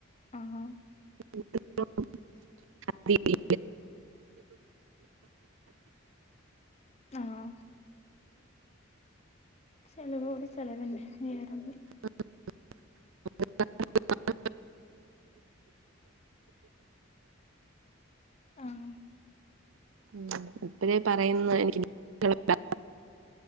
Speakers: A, on the left; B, on the right.
A: അഹ് ഹാ
B: <unintelligible>
A: ആഹ് ചെലവോട് ചെലവെന്നെ. വേറെന്ത്.
B: <unintelligible>
A: ആഹ്
B: ഉം അപ്പഴേ പറയുന്ന് എനിക്ക് <unintelligible>